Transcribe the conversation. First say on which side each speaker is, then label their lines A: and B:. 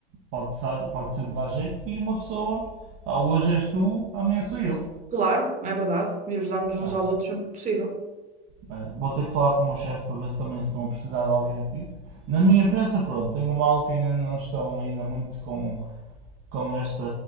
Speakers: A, on the right; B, on the right.
A: Pode, sa- pode sempre dar jeito e uma pessoa, ah, hoje és tu, amanhã sou eu.
B: Claro, é verdade. E ajudarmos
A: Ah,
B: uns aos outros sempre que possível.
A: Eh, Vou ter que falar com o meu chefe para ver se também estão a precisar de alguém aqui. Na minha empresa, pronto, tenho uma aula que ainda não estão ainda muito com, com, esta,